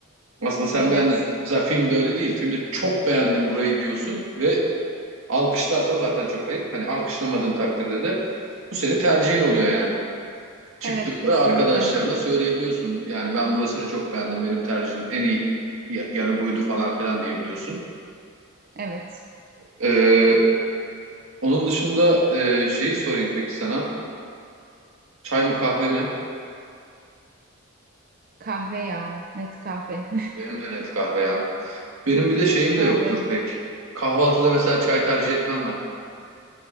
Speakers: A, on the right (about 75°); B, on the right (about 40°).
A: Aslında sen
B: evet,
A: beğendin. Mesela filmde öyle değil. Filmde çok beğendim burayı diyorsun ve alkışlarsan zaten çok ayıp. Hani alkışlamadığın takdirde de bu senin tercihin oluyor yani. Çıktığında
B: evet kesinlikle.
A: arkadaşlarına söyleyebiliyorsun. Yani ben burasını çok beğendim. Benim tercihim en iyi ya- yanı buydu falan filan diyebiliyorsun.
B: Evet.
A: Ee, onun dışında e, şeyi sorayım peki sana. Çay mı kahve mi?
B: Kahve ya, net kahve.
A: Benim de net kahve ya. Benim bir de
B: <laughs>
A: şeyim
B: Kahve.
A: de yoktur pek. Kahvaltıda mesela çay tercih etmem ben.